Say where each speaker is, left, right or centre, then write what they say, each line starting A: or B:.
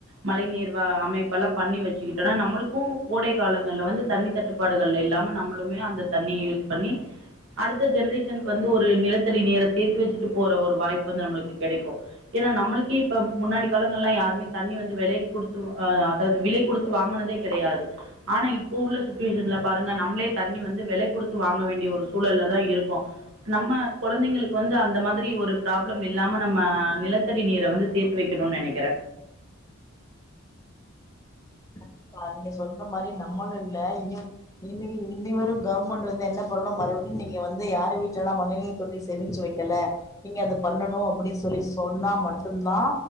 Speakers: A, on the right; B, on the left.
A: மழை நீர்வா அமைப் பெல்லா பண்ணி வச்சுக்கிட்டோனா நம்மளுக்கு கோடை காலங்கள்ல வந்து தண்ணி தட்டுப்பாடுகள் இல்லாம நம்ளுமே அந்த தண்ணிய யூஸ் பண்ணி அடுத்த ஜென்ரேஷனுக்கு வந்து ஒரு நிலத்தடி நீர சேத்து வச்சுட்டு போற ஒரு வாய்ப்பு வந்து நம்மளுக்கு கெடைக்கு ஏன்னா நம்மளுக்கே இப்ப முன்னாடி காலங்கள்ல்லா யாருமே தண்ணி வந்து வெலை குடுத்து ஆ அதாது விலை குடுத்து வாங்குனதே கெடையாது ஆனா இப்போ உள்ள சிச்சுவேஷன்ல பாருங்க நம்மளே தண்ணி வந்து வெலை குடுத்து வாங்க வேண்டிய ஒரு சூழல்ல தா இருக்கோ நம்ம கொழந்தைங்களுக்கு வந்து அந்த மாதிரி ஒரு ப்ராப்ளம் இல்லாம நம்ம நிலத்தடி நீர வந்து சேத்து வெக்கணுன் நெனைக்கிற
B: கண்டிப்பா நீங்க சொல்ற மாரி நம்மளு இல்ல இனி இனி இனி வரும் கவர்மெண்ட் வந்து என்ன பண்ணணு மறுபடியு நீங்க வந்து யாரு வீட்டுலல்லா மழைநீர் தொட்டி சேமிச்சு வைக் க்கல நீங்க அத பண்ணணு அப்டின்னு சொல்லி சொன்னா மட்டுந்தா